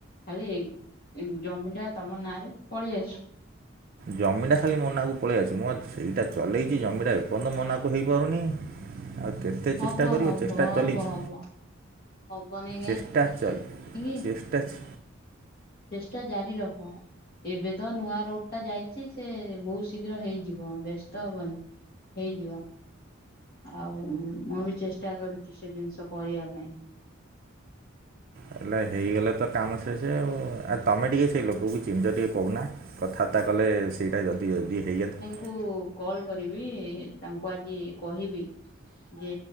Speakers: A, on the left (about 50°); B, on the right (about 45°).
A: ଖାଲି ଏ ଜମିଟା ତମ ନାଁରେ ପଳି ଆସୁ।
B: ଜମିଟା ଖାଲି ମୋ ନାକୁ ପଳେଇ ଆସୁ, ମୁଁ ସେଇଟା ଚଲେଇଚି ଜମିଟା ଏପନ୍ତ ମୋ ନାକୁ ହେଇପାରୁନି। ଆ କେେ ତେ
A: ହବ
B: ଚେଷ୍ଟା କରିବ
A: ହବ
B: ଚେଷ୍ଟା
A: ହବ
B: ଚାଲିଛି
A: ହବ ହବନି
B: ଚେଷ୍ଟା ଚ
A: କାହିଁକି
B: ଚେ ଟାଚ୍
A: ଚେଷ୍ଟା ଜାରି ରଖ। ଏବେ ତ ନୂଆ ରୋଡ ଟା ଯାଇଛି ସେ ବହୁତ ଶୀଘ୍ର ହେଇଯିବ ବସ୍ତ ତ ହବନି ହେଇଯିବ ଆଉ ମୁଁ ବି ଚେଷ୍ଟା କରୁଛି ସେ ଜିନିଷ କରିବା ପାଇଁ
B: ହେଲା ହେଇଗଲେ ତ କାମ ସେେଷ ଆଉ ଆଉ ତମେ ଟିକେ ସେଇ ଲୋକକୁ ଚିମିଛ ଟିକେ କହୁନା କଥାାର୍ତ୍ତା କଲେ ସେଇଟା ଯଦି ଯଦି ହେଇଯାନ୍ତା
A: କ କଲ କରିବି ତାଙ୍କୁ ଆଜି କହିବି ଯେ